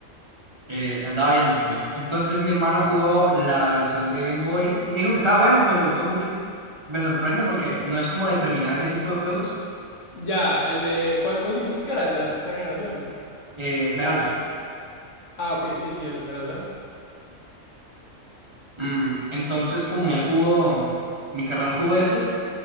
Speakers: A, on the right; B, on the left.
A: eh, andaba viendo, pues. Entonces mi hermano jugó la versión de Game Boy y me dijo que estaba bueno, pues le gustó mucho. Me sorprende porque no es como determinar ese tipo de juegos,
B: Ya, el de- ¿cuál, cuál dijiste que era? ¿El de la tercera generación?
A: eh, Esmeralda.
B: Ah, ok, sí, sí, el Esmeralda.
A: Mm, entonces, como él jugó, mi carnal jugó esos,